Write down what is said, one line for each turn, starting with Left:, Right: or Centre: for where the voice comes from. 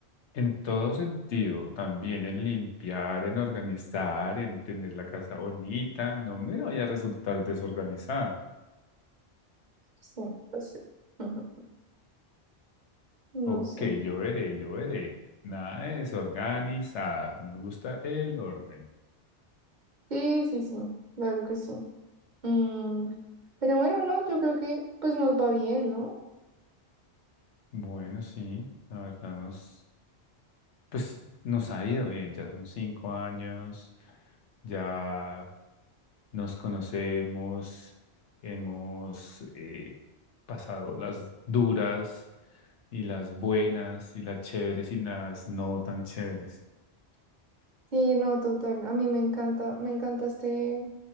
Left: en todo sentido, también en limpiar, en organizar, en tener la casa bonita, no me vaya a resultar desorganizada.
Right: sí, lo sé. <laughs>
Left: Ok,
Right: No sé.
Left: yo veré, yo veré. Nada de desorganizada. Me gusta el orden.
Right: Sí, sí, sí, claro que sí. Mm, pero bueno, no, yo creo que pues nos va bien, ¿no?
Left: Bueno, sí, la verdad nos, pues nos ha ido bien. Ya son cinco años. Ya. nos conocemos, hemos eh, pasado las duras y las buenas y las chéveres y las no tan chéveres.
Right: Sí, no, total. A mí me encanta, me encanta este,